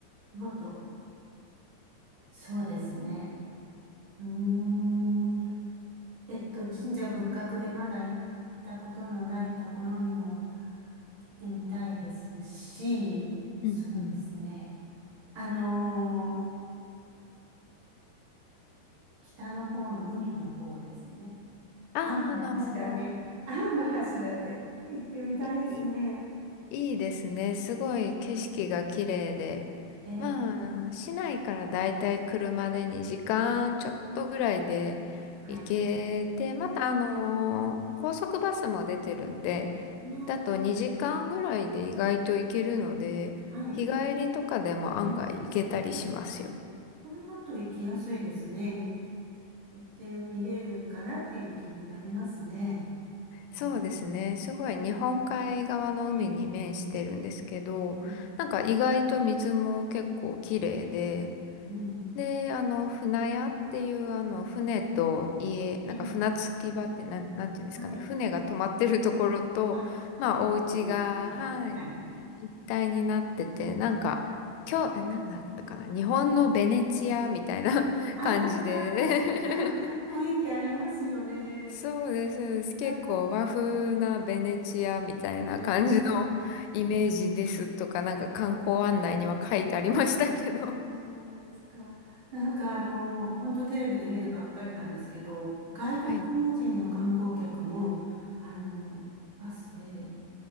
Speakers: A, on the right; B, on the left.
A: 見事、そうですね。うーんえっと、神社仏閣でまだ行ったことのないところにも行ってみたいですし、そうですね。
B: うんうん。
A: あのー北の方の海の方ですね。
B: ああ、
A: 天橋立。
B: あの
A: 天橋立。行ってみたいですね。
B: ーいいいですね。すごい景色が綺麗で。
A: ええ、ええ
B: まあ、市内からだいたい車で2時間ちょっとぐらいで行けて、
A: はい。
B: またあのー高速バスも出てるんで、
A: ま
B: だと2時間ぐらいで意外と行けるので、
A: あ、はい。
B: 日帰りとかでも案外行けたりしますよ。
A: ええ、それだと行きやすいですね。行ってみれるかなっていう気になりますね。ええ、
B: そうですね。すごい日本海側の海に面してるんですけど、
A: ええ、ええ、
B: なんか意外と水も結構綺麗で、
A: うん。
B: で、あの、船屋っていう、あの、船と家、なんか船着き場って、
A: ええ、
B: なん、なんていうんですかね、
A: はい。
B: 船が止まってるところと、
A: あ、
B: まあ、
A: テレビで見ました。
B: お家が、はい、
A: はい。
B: 一体になってて、なんか、今日、えなんだったかな、日本のベネチアみたいな <laughs>
A: ああ、
B: 感じで
A: <laughs>
B: <laughs>
A: 雰囲気ありますよね。
B: そうです、そうです。結構和風なベネチアみたいな感じのイメージですとか、
A: なんか、まえ、ね
B: なんか観光案内には書いてありましたけど。
A: あー、そうですか。なんかあの、本当テレビで見るばっかりなんですけど、外国人の観光客も、
B: <laughs> はい。
A: あの、バスで